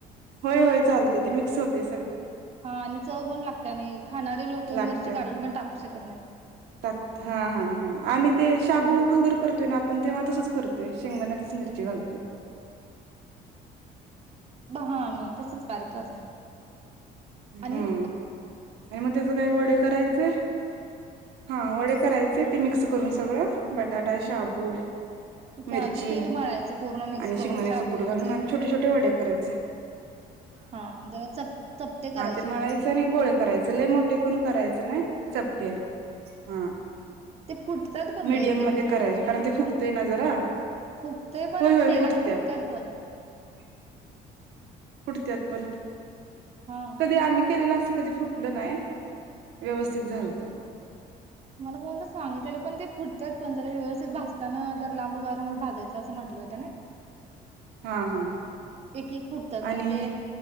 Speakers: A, on the right; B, on the right.
A: होय होय चालते ते मिक्स होतय
B: हा आणि चव पण लागते आणि खाणारे लोक
A: लागत्या
B: मिरची काढून पण टाकू शकत नाहीत
A: टाक हा हा हा आम्ही ते शाबू वगर करतोय ना आपण तेव्हा तसच करतोय शेंगदाण्या मिर्ची घालतोय
B: बा म तसच कार्य करते
A: हम्म
B: आणि
A: आणि मग त्याच काय वडे करायचेय हा वडे करायचे ते मिक्स करून सगळं बटाटा शाबू
B: हा कुठं
A: मिरची
B: ते पीठ मळायचं पूर्ण मिक्स
A: आणि
B: करून
A: शेंगदाण्याच
B: शाबू
A: कूट घालून
B: चण
A: आणि
B: बटाटा
A: छोटे छोटे वडे करायचे
B: हा जरा चपटे
A: हा
B: करायचे
A: ते म्हळायचं
B: म्हणजे तेलात
A: नाही गोळे
B: पूर्ण होत
A: करायचे ल मोठे पण करायचं नाही चपटे हा
B: ते फुटतात पण
A: मीडियम
B: ग एक
A: मध्ये
B: एकदा
A: करायचे कारण ते फुकतय ना जरा
B: फुकतय पण
A: होय
B: आणि
A: होय
B: तेलात
A: फुटत्यात
B: फुटतयत पण
A: <unintelligible> पुटत्यात पण
B: हा
A: कधी आम्ही केलेलं असं कधी फुटलं नाही व्यवस्थित झालत
B: मला कोणतर सांगितलं पण ते फुट त्यात पंण जरा व्यवस्थित भासताना जर लांब उबारहूनच भाजायचं असं म्हटलं होतं ना
A: हा हा
B: एक एक फुटतात म्हणजे
A: आणि